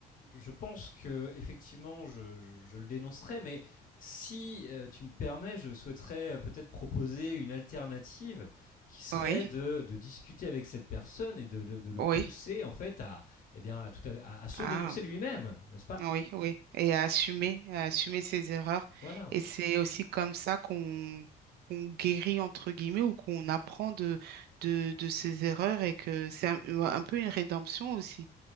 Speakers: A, on the left; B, on the right.
A: je pense que effectivement, je, je- je le dénoncerai, mais si euh, tu me permets, je souhaiterais euh, peut-être proposer une alternative qui serait
B: oui,
A: de, de discuter avec cette personne et de, de- de le
B: oui.
A: pousser en fait à, eh bien, à, tout à, à- à se
B: Ah.
A: dénoncer lui-même, n'est-ce pas
B: Oui, oui, et à assumer, à assumer ses erreurs.
A: Voilà,
B: Et c'est aussi comme ça qu'on qu'on guérit, entre guillemets, ou qu'on apprend de, de, de ses erreurs et que c'est un, euh, un peu une rédemption aussi